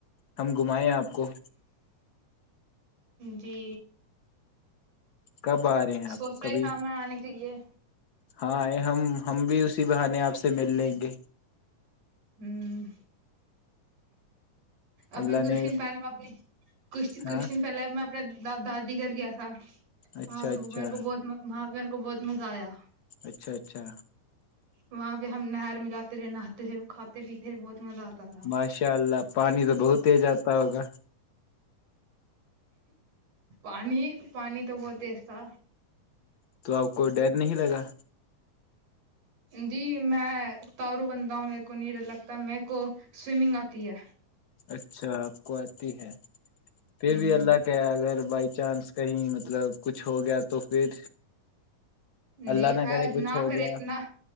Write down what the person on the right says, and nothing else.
جی
سوچ
رہا
ہی تھا میں آنے کے لیے
ہوں ابھی
کچھ
دن پہ کچھ کچھ
دن پہلے م دادی گھر گیا تھا
وہاں پہ
میرے کو بہت وہاں پہ میرے کو بہت مزہ آیا
وہاں پہ ہم نہر ملاتے رہے ناتے رہے کھاتے پیتے بہت مزہ آتا تھا
پانی پانی تو بہت ایسا
جی میں تارو بندا ہوں میرے کو نہیں ڈر لگتا میرے کو سوئمنگ آتی ہے
ہوں
جی
ا
نہ
کرے
نہ <unintelligible>